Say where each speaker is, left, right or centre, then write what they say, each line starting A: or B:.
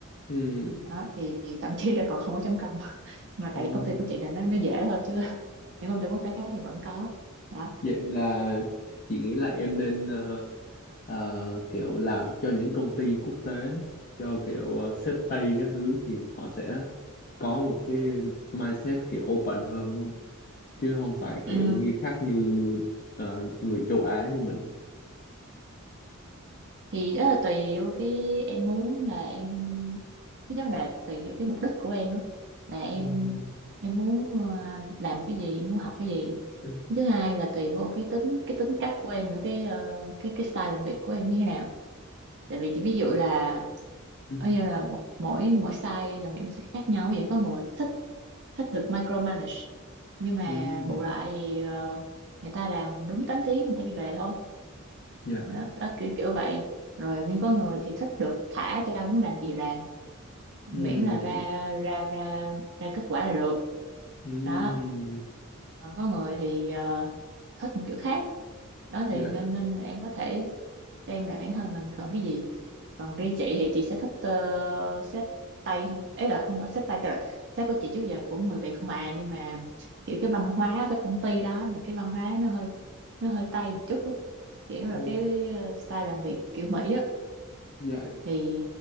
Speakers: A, on the left; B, on the right.
A: Ừ.
B: đó thì thậm chí là còn không có chấm công <laughs> mà
A: Ồ.
B: tại vì công ty của chị là nó nó dễ thôi chứ <laughs> những công ty quốc tế khác thì vẫn có đó
A: Vậy là chị nghĩ là em nên ờ, ờ, kiểu làm cho những công ty quốc tế, cho kiểu ờ, sếp Tây các thứ thì họ sẽ có một cái mindset kiểu open hơn đúng không? Chứ không phải kiểu
B: ừ
A: nghiêm khắc như ờ, người châu Á như mình.
B: thì đó là tùy vô cái em muốn là em thứ nhất là tùy vô cái mục đích của em á là em
A: Ừm.
B: em muốn ờ, làm cái gì muốn học cái gì
A: Ừm.
B: thứ hai là tùy vô cái tính cái tính cách của em nữa cái ờ, cái cái style làm việc của em như thế nào tại vì chỉ ví dụ là
A: Ừm.
B: ở như là một mỗi mỗi style làm việc sẽ khác nhau vậy có người thích thích được micromanage nhưng mà
A: Ừm.
B: bù lại thì ờ, người ta làm đúng 8 tiếng người ta đi về thôi
A: Dạ.
B: đó,
A: dạ.
B: đó kiểu kiểu vậy rồi nhưng có người thì thích được thả cho muốn làm gì làm miễn
A: Ừm.
B: là ra ra ra ra kết quả là được
A: Ừm.
B: đó còn có người thì ờ, thích một kiểu khác đó thì
A: Dạ.
B: nên nên là em có thể xem lại bản thân mình cần cái gì còn riêng chị thì chị sẽ thích uh, xếp tay hơn. ấy là không phải xếp tay tức là sếp của chị trước giờ cũng người Việt không à nhưng mà kiểu cái văn hóa ở cái công ty đó thì cái văn hóa nó hơi nó hơi tây một chút á. kiểu là
A: Ồ,
B: cái ờ, style làm việc kiểu Mỹ á
A: Dạ. dạ.
B: thì